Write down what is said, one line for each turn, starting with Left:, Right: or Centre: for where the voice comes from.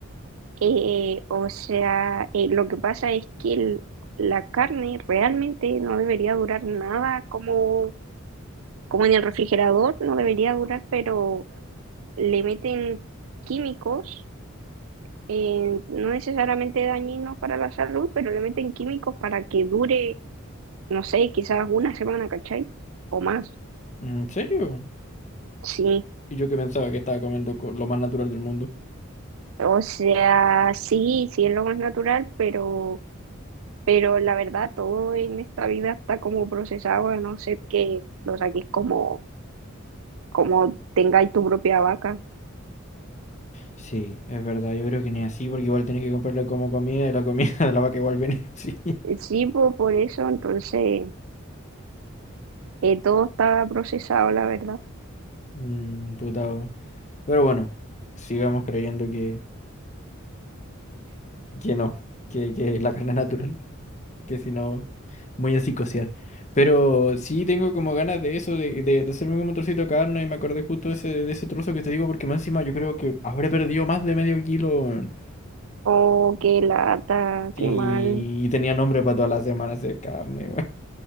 Right: Eh, o sea, eh, lo que pasa es que el- la carne realmente no debería durar nada como como en el refrigerador, no debería durar, pero le meten químicos, eh, no necesariamente dañinos para la salud, pero le meten químicos para que dure, no sé, quizás una semana, ¿cachai? O más,
Left: ¿En serio?
Right: sí.
Left: Y yo que pensaba que estaba comiendo co- lo más natural del mundo.
Right: O sea, sí, sí es lo más natural, pero, pero la verdad todo en esta vida está como procesado, a no ser que lo saques como, como tengáis tu propia vaca.
Left: Sí, es verdad, yo creo que ni así, porque igual tenés que comprarla como comida y la comida <laughs> de la vaca igual viene sí
Right: Sí, po, por eso, entonces, eh, todo estaba procesado, la verdad.
Left: Mm, putado. Pero bueno, sigamos creyendo que, que no, que, que la carne es natural, que si no, muy así cociar. Pero sí tengo como ganas de eso, de, de, de hacerme como un trocito de carne y me acordé justo de ese, de ese trozo que te digo, porque más encima yo creo que habré perdido más de medio kilo, weón.
Right: O qué lata,
Left: Y,
Right: qué mal.
Left: y tenía nombre para todas las semanas de carne,